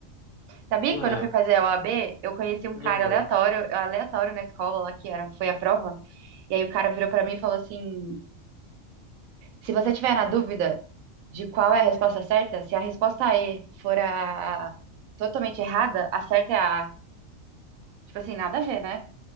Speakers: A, on the right (about 80°); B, on the left (about 70°).
A: Sabia
B: hum,
A: que quando
B: é,
A: eu fui fazer a OAB, eu conheci um
B: não
A: cara
B: vou.
A: aleatório, aleatório na escola lá, que era, foi a prova. E aí o cara virou pra mim e falou assim: Se você tiver na dúvida de qual é a resposta certa, se a resposta E for a totalmente errada, a certa é a A. Tipo assim, nada a ver, né?